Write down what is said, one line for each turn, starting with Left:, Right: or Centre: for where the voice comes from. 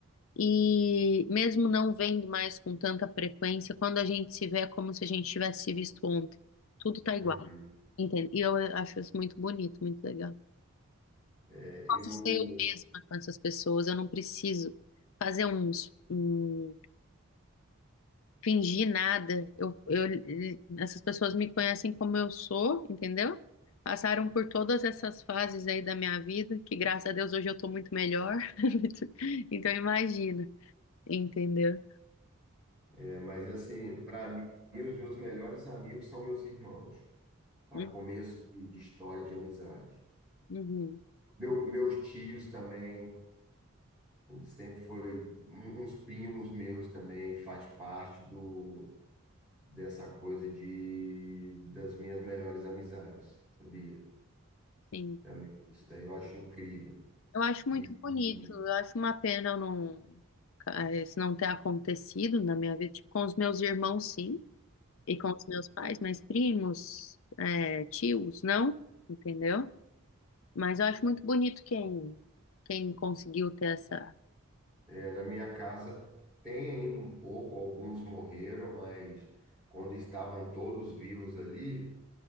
Left: E mesmo não vendo mais com tanta frequência, quando a gente se vê é como se a gente tivesse se visto ontem. Tudo tá
Centre: Uhum.
Left: igual, entende? E eu acho isso muito bonito, muito legal.
Centre: É,
Left: Posso
Centre: eu,
Left: ser eu mesma com essas pessoas, eu não preciso fazer uns, um fingir nada. Eu, eu, essas pessoas me conhecem como eu sou, entendeu? Passaram por todas essas fases aí da minha vida, que graças a Deus hoje eu tô muito melhor. <laughs> Então imagina, entendeu?
Centre: é, mas assim, para mim, os meus melhores amigos são meus irmãos. a
Left: Hum,
Centre: começo de, de história de amizade.
Left: Uhum,
Centre: Meu- meus tios também, sempre foi, um- uns primos meus também, faz parte do, dessa coisa de, das minhas melhores amizades, sabia?
Left: sim.
Centre: Também, isso aí eu acho incrível.
Left: Eu acho muito
Centre: E,
Left: bonito,
Centre: e,
Left: eu acho uma pena eu não, eh, isso não ter acontecido na minha vida, tipo, com os meus irmãos, sim, e com os meus pais, mas primos, eh, tios, não, entendeu? Mas eu acho muito bonito quem, quem conseguiu ter essa.
Centre: é, na minha casa tem ainda um pouco, alguns morreram, mas quando estavam todos vivos ali,